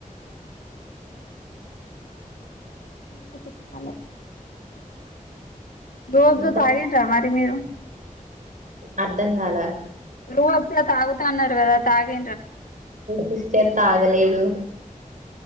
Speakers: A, on the left; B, on the right.
A: ఇంక చెప్పాలి జొతోతగేంటరా
B: ఇంకా
A: మరి మీరు
B: అర్థం గాలా
A: రూ అబ్సా తాగుత అన్నారు కదా తాగి
B: సిస్టర్ ఆగలేదు